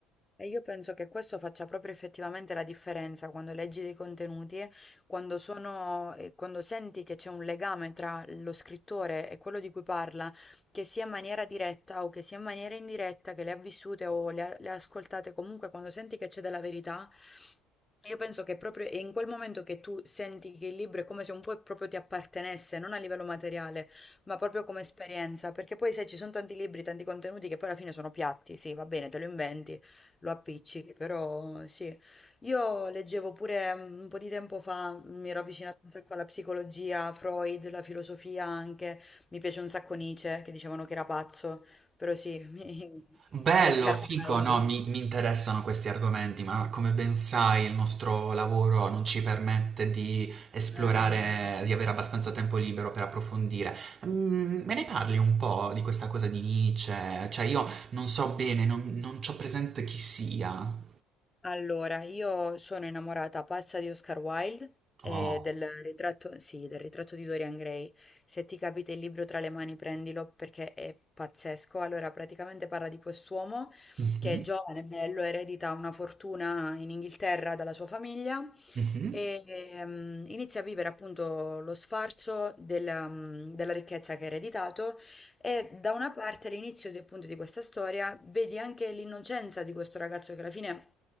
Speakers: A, on the left; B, on the right.
A: E io penso che questo faccia proprio effettivamente la differenza quando leggi dei contenuti, quando sono, eh, quando senti che c'è un legame tra lo scrittore e quello di cui parla, che sia in maniera diretta o che sia in maniera indiretta, che le ha vissute o le ha, le ha ascoltate, comunque quando senti che c'è della verità, io penso che proprio è in quel momento che tu senti che il libro è come se un po' proprio ti appartenesse, non a livello materiale, ma proprio come esperienza, perché poi sai, ci sono tanti libri, tanti contenuti che poi alla fine sono piatti, sì, va bene, te lo inventi lo appiccichi, però sì. Io leggevo pure mm, un po' di tempo fa, mi ero avvicinata un sacco alla psicologia, Freud, la filosofia anche, mi piace un sacco Nietzsche, che dicevano che era pazzo, però sì, <laughs> mi-
B: Bello,
A: Oscar
B: fico,
A: Wilde.
B: no, mi, mi interessano questi argomenti, ma come ben sai il nostro lavoro non ci permette di esplorare,
A: Eh,
B: di avere abbastanza tempo libero per approfondire. Mm, me ne parli un po' di questa cosa di Nietzsche? Cioè io non so bene, non, non c'ho presente chi sia.
A: Allora, io sono innamorata pazza di Oscar Wilde e
B: Oh.
A: del ritratto, sì, del ritratto di Dorian Gray. Se ti capita il libro tra le mani, prendilo perché è pazzesco. Allora, praticamente parla di quest'uomo
B: Mhm,
A: che è giovane, bello, eredita una fortuna in Inghilterra dalla sua famiglia
B: mhm.
A: e ehm, inizia a vivere appunto lo sfarzo del, mm, della ricchezza che ha ereditato e da una parte all'inizio di- appunto di questa storia vedi anche l'innocenza di questo ragazzo che alla fine